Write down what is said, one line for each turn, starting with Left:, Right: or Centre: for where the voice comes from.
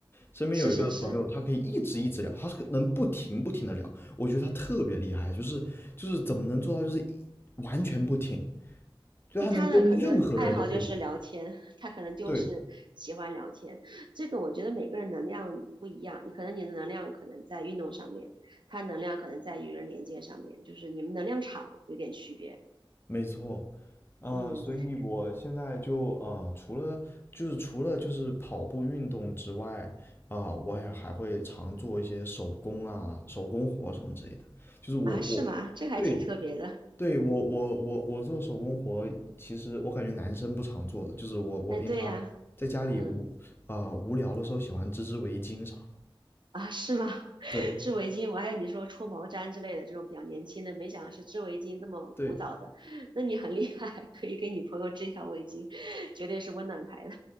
Left: 身边有一个朋友，
Right: 是是是，
Left: 他可以一直一直聊，他是能不停不停的聊，我觉得他特别厉害，就是就是怎么能做到就是一完全不停，就他能跟任何人都可以聊。
Right: 就他的可能爱好就是聊天，<laughs> 他可能就是喜欢聊天。
Left: 对，
Right: 这个我觉得每个人能量不一样，你可能你的能量可能在运动上面，他能量可能在与人连接上面，就是你们能量场有点区别。
Left: 没错。啊、
Right: 嗯
Left: 所以我现在就呃，除了就是除了就是跑步运动之外，啊、我也还会常做一些手工啊、手工活什么之类的。就是我我对
Right: 啊，是吗？这个还挺特别的。
Left: 对我我我我做手工活，其实我感觉男生不常做的，就是我我平常在家里无啊、
Right: 哎，对呀，嗯
Left: 无聊的时候喜欢织织围巾啥的。
Right: 啊，是吗？<laughs>
Left: 对
Right: 织围巾，我还有你说戳毛毡之类的这种比较年轻的，没想到是织围巾这么古早的。
Left: 对，
Right: <laughs> 那你很厉害，可以给女朋友织一条围巾，<laughs> 绝对是温暖牌的。